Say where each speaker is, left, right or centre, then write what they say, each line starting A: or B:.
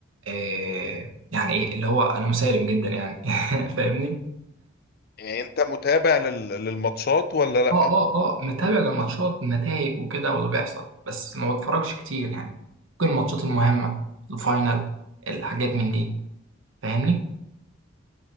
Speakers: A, on the right; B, on the left.
A: إيه يعني ايه اللي هو انا مسالم جدا يعني <laughs> فاهمني
B: يعني انت متابع لل- للماتشات ولا لا
A: اه اه اه متابع للماتشات النتائج وكده واللي بيحصل بس ما بتفرجش كتير يعني ممكن الماتشات المهمة الفاينل الحاجات من دي فاهمني